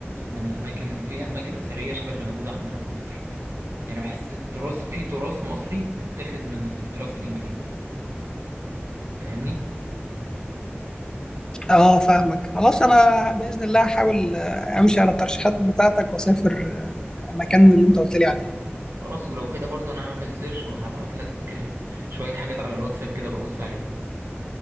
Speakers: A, on the right; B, on the left.
A: من الأماكن فيها أماكن أثرية شبه اللي موجودة عندنا في مصر فاهم يعني بحس التراث في تراث مصري متاخد من التراث الإنجليزي فاهمني
B: اه فاهمك خلاص انا باذن الله هحاول آه، امشي على الترشيحات بتاعتك واسافر آه، المكان اللي انت قلت لي عليه
A: خلاص ولو كده برضه أنا هعمل سيرش وهبعت لك آه، شوية حاجات على الواتساب كده ببص عليهم